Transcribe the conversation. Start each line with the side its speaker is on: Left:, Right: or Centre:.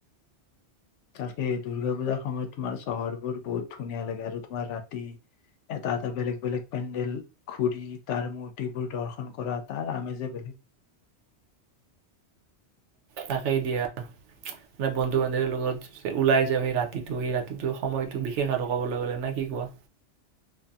Left: তাকেই দূৰ্গা পূজাৰ সময়ত, তোমাৰ চহৰবোৰ বহুত ধুনীয়া লাগে আৰু তোমাৰ ৰাতি এটা, এটা বেলেগ, বেলেগ, পেণ্ডেল ঘুৰি তাৰ মূৰ্তিবোৰ দৰ্শন কৰা তাৰ আমেজে বেলেগ।
Right: তাকেই দিয়া মানে, বন্ধু বান্ধৱীৰ লগত ওলাই যায় সেই ৰাতিটো, সেই ৰাতিটো সময়টো বিশেষ আৰু কবলৈ গলে নাই কি কোৱা?